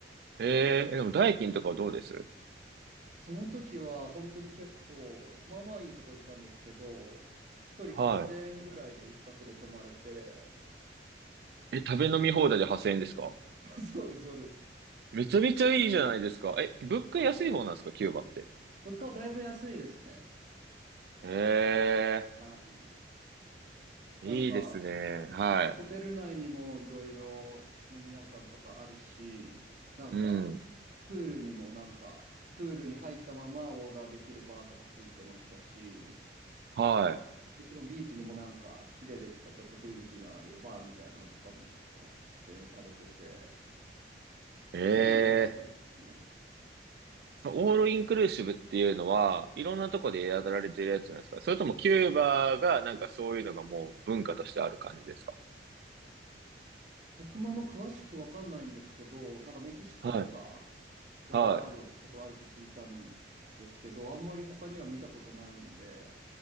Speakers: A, on the right; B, on the right.
A: えーえでも代金とかはどうです
B: その時は本当に結構、まあまあいいとこ行ったんですけど、一人8000円ぐらいで一泊で泊まれて、
A: はい。え、食べ飲み放題で8000円ですか
B: <laughs> そうです、そうです。
A: めちゃめちゃいいじゃないですか。え、物価安い方なんですかキューバって。
B: はい。物価はだいぶ安いですね。
A: ええ
B: はい。
A: ー、
B: なんか、
A: いいですね。はい。
B: ホテル内にもいろいろ飲み屋さんとかあるし、なんか、
A: うん。
B: プールにもなんか、プールに入ったままオーダーできるバーとかついてましたし、
A: は
B: もちろんビーチにもなんか木でできたちょっと雰囲気のあるバーみたいなのとかも出店されてて、
A: い。
B: すごい良かったですね。
A: えー。そのオールインクルーシブっていうのは、いろんなとこでやられてるやつなんですかそれともキューバがなんかそういうのがもう文化としてある感じですか
B: 僕もあんま詳しくわかんないんですけど、なんかメキシコとか
A: はい。
B: ではあるところあるって聞いたんですけど、
A: はい。
B: あんまり他には見たことないんで、